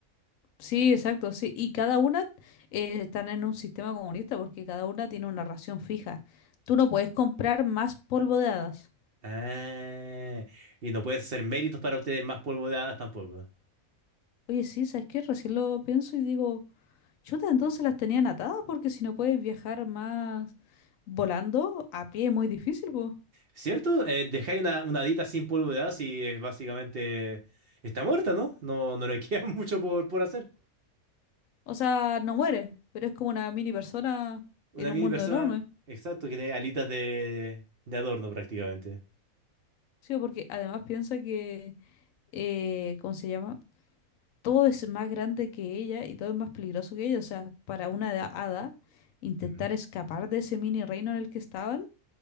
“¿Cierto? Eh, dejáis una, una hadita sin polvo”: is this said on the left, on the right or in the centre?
Right